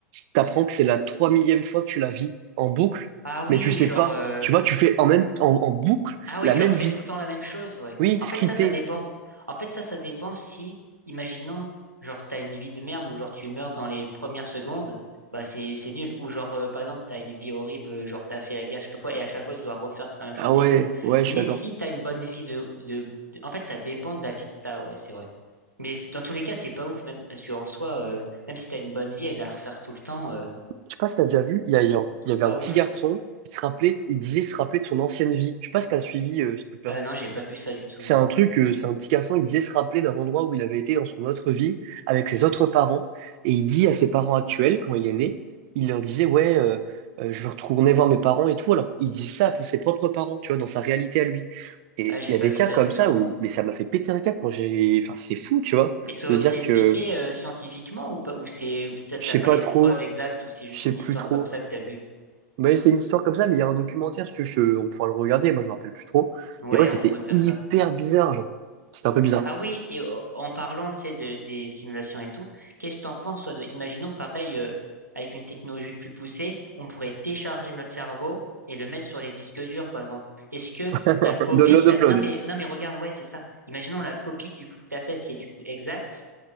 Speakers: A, on the right; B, on the right.
A: t'apprends que c'est la trois millième fois que tu la vis en boucle,
B: Ah oui,
A: mais tu sais
B: genre,
A: pas.
B: euh,
A: Tu vois, tu fais en même, en en boucle
B: Ah ouais,
A: la
B: tu
A: même
B: refais
A: vie.
B: tout le temps la même chose, ouais.
A: Oui,
B: En
A: scriptée.
B: fait, ça, ça dépend. En fait, ça, ça dépend si, imaginons, genre, t'as une vie de merde ou genre tu meurs dans les premières secondes, bah c'est c'est nul. Ou genre, euh, par exemple, t'as une vie horrible, genre t'as fait la guerre, je sais pas quoi, et à chaque fois tu dois refaire toute la même
A: Ah
B: chose,
A: ouais,
B: c'est pas ouf.
A: ouais, je
B: Mais
A: suis d'accord.
B: si t'as une bonne vie de, de, de- En fait, ça dépend de la vie que t'as, ouais, c'est vrai. Mais c- dans tous les cas, c'est pas ouf, même parce qu'en soi, euh, même si t'as une bonne vie et la refaire tout le temps, euh,
A: Je sais pas si t'as déjà vu, il y a, genre-
B: c'est
A: il y avait
B: pas
A: un petit
B: ouf.
A: garçon qui se rappelait, il disait se rappeler de son ancienne vie. Je sais pas si t'as suivi euh, ce truc-là.
B: Euh, non, j'ai pas vu ça du tout,
A: C'est
B: non.
A: un truc, euh, c'est un petit garçon, il disait se rappeler d'un endroit où il avait été dans son autre vie avec ses autres parents. Et il dit à ses parents actuels, quand il est né, il leur disait, ouais, euh, euh, je veux retourner voir mes parents et tout. Alors, il dit ça à ses propres parents, tu vois, dans sa réalité à lui. Et
B: Ah, j'ai
A: il y
B: pas
A: a des
B: vu
A: cas
B: ça
A: comme
B: du tout,
A: ça où,
B: non.
A: mais ça m'a fait péter un câble quand j'ai, enfin, c'est fou, tu vois,
B: Mais c'est
A: de dire
B: c'est
A: que
B: expliqué euh, scientifiquement ou pas, ou c'est, ou t'as
A: je
B: t'as
A: sais
B: pas
A: pas
B: les
A: trop.
B: preuves exactes ou c'est juste
A: Je sais
B: une
A: plus
B: histoire
A: trop.
B: comme ça que t'as vue?
A: Mais c'est une histoire comme ça, mais il y a un documentaire, si tu veux, je- on pourra le regarder, moi je me rappelle plus trop.
B: Ouais,
A: Mais ouais, c'était
B: on pourrait faire
A: hyper
B: ça.
A: bizarre, genre. C'était un peu bizarre.
B: Ah oui, et euh, en parlant, tu sais, de, des simulations et tout, qu'est-ce que t'en penses, toi, de, imaginons pareil, euh, avec une technologie plus poussée, on pourrait télécharger notre cerveau et le mettre sur des disques durs, par exemple. Est-ce que
A: <laughs>
B: la copie
A: Download,
B: que t'as,
A: upload.
B: non mais, non mais regarde, ouais, c'est ça. Imaginons la copie du coup que t'as faite qui est du coup exacte.